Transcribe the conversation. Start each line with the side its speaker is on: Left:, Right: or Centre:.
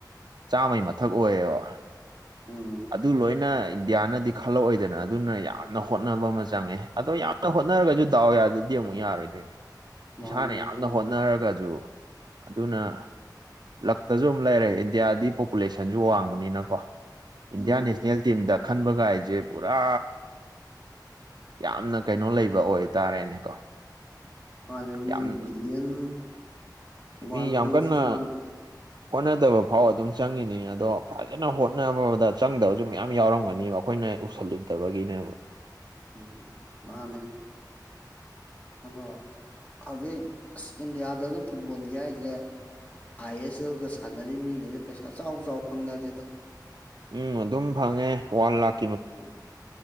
Right: ꯆꯥꯝꯃꯩ ꯃꯊꯛ ꯑꯣꯏꯌꯦꯕ
Left: ꯎꯝ
Right: ꯑꯗꯨ ꯂꯣꯏꯅ ꯏꯟꯗꯤꯌꯥꯅꯗꯤ ꯈꯜꯂꯛꯑꯣꯏꯗꯅ ꯑꯗꯨꯅ ꯌꯥꯝꯅ ꯍꯣꯠꯅꯕ ꯑꯃ ꯆꯪꯉꯦ ꯑꯗꯣ ꯌꯥꯝꯅ ꯍꯣꯠꯅꯔꯒꯁꯨ ꯗꯥꯎ ꯌꯥꯗꯗꯤ ꯑꯃꯨꯛ ꯌꯥꯔꯣꯏꯗꯣꯏꯅꯦ
Left: ꯃꯥꯅꯤꯅꯦ
Right: ꯏꯁꯥꯅ ꯌꯥꯝꯅ ꯍꯣꯠꯅꯔꯒꯁꯨ ꯑꯗꯨꯅ ꯂꯛꯇꯁꯨ ꯑꯃꯝ ꯂꯩꯔꯦ ꯏꯟꯗꯤꯌꯥꯗꯤ ꯄꯣꯄꯨꯂꯦꯁꯟꯁꯨ ꯋꯥꯡꯕꯅꯤꯅꯀꯣ ꯏꯟꯗꯤꯌꯥꯟ
Left: ꯎꯝ
Right: ꯅꯦꯁꯅꯦꯜ ꯇꯤꯝꯗ ꯈꯟꯕꯒ ꯍꯥꯏꯁꯦ ꯄꯨꯔꯥ ꯌꯥꯝꯅ ꯀꯩꯅꯣ ꯂꯩꯕ ꯑꯣꯏꯇꯥꯔꯦꯅꯦꯀꯣ
Left: ꯑꯅꯦ ꯃꯤ
Right: ꯌꯥꯝ
Left: ꯕꯤꯂꯤꯌꯟ ꯋꯥꯟ
Right: ꯃꯤ ꯌꯥꯝ
Left: ꯄꯣꯏꯟ
Right: ꯀꯟꯅ
Left: ꯁꯤꯛꯁ ꯋꯥꯟ
Right: ꯍꯣꯠꯅꯗꯕ ꯐꯥꯎ ꯑꯗꯨꯝ ꯆꯪꯉꯤꯅꯤ ꯑꯗꯣ ꯐꯖꯅ ꯍꯣꯠꯅꯕꯗ ꯆꯪꯗꯕꯁꯨ ꯃꯌꯥꯝ ꯌꯥꯎꯔꯝꯒꯅꯦꯕ ꯑꯩꯈꯣꯏꯅ ꯎꯁꯜꯂꯨꯗꯕꯒꯤꯅꯦꯕ
Left: ꯎꯝ ꯃꯥꯅꯦ ꯑꯗꯣ ꯍꯧꯖꯤꯛ ꯑꯁ ꯏꯟꯗꯤꯌꯥꯗꯁꯨ ꯐꯨꯠꯕꯣꯜꯒꯤ ꯍꯥꯏꯁꯦ ꯑꯥꯏ ꯑꯦꯁ ꯑꯦꯜꯒ ꯁꯥꯟꯅꯔꯤ ꯃꯤꯉꯩꯁꯦ ꯄꯩꯁꯥ ꯆꯥꯎ ꯆꯥꯎ ꯐꯪꯅꯔꯦꯗ
Right: ꯎꯝ ꯑꯗꯨꯝ ꯐꯪꯉꯦ ꯋꯥꯟ ꯂꯥꯈ
Left: ꯎꯝ